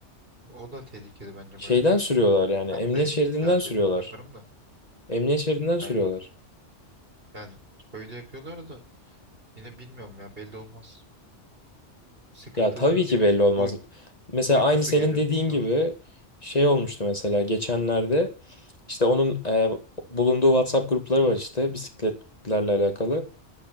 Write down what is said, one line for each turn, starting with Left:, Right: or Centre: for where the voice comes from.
Right: O da tehlikeli bence
Left: Şeyden
Right: bayağı.
Left: sürüyorlar yani
Right: Ben
Left: emniyet
Right: de
Left: şeridinden
Right: tercih
Left: sürüyorlar.
Right: ederim yaparım da.
Left: Emniyet şeridinden sürüyorlar.
Right: Yani, yani öyle yapıyorlar da yine bilmiyorum ya belli olmaz. Sıkıntılının
Left: Ya tabii ki
Right: biri
Left: belli
Right: işte
Left: olmaz.
Right: uy-
Left: Mesela
Right: uykusu
Left: aynı senin
Right: gelir
Left: dediğin
Right: bir şey
Left: gibi
Right: olur.
Left: şey olmuştu mesela geçenlerde. İşte onun e, bulunduğu WhatsApp grupları var işte bisikletlerle alakalı.